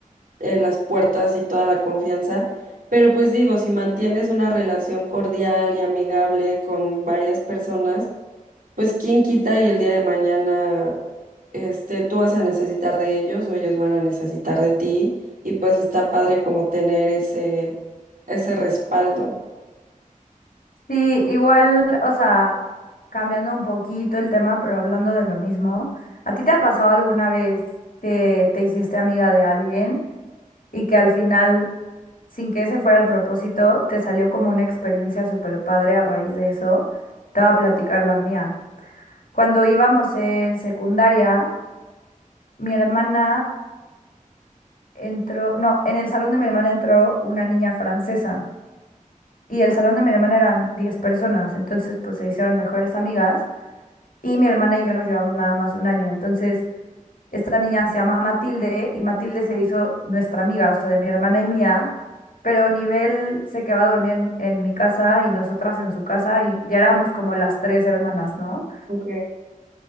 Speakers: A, on the right; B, on the left.
A: eh, las puertas y toda la confianza. Pero pues digo, si mantienes una relación cordial y amigable con varias personas, pues quién quita y el día de mañana, este, tú vas a necesitar de ellos o ellos van a necesitar de ti. Y pues está padre como tener ese, ese respaldo.
B: Sí, igual, o sea, cambiando un poquito el tema, pero hablando de lo mismo, ¿a ti te ha pasado alguna vez que te hiciste amiga de alguien y que al final, sin que ese fuera el propósito, te salió como una experiencia súper padre a raíz de eso? Te voy a platicar la mía. Cuando íbamos en secundaria, mi hermana entró, no, en el salón de mi hermana entró una niña francesa y el salón de mi hermana eran 10 personas, entonces pues se hicieron mejores amigas. y mi hermana y yo nos llevamos nada más un año. Entonces, esta niña se llama Matilde y Matilde se hizo nuestra amiga, o sea, de mi hermana y mía, pero nivel se quedaba a dormir en, en mi casa y nosotras en su casa y ya éramos como las tres hermanas, ¿no?
A: Ok.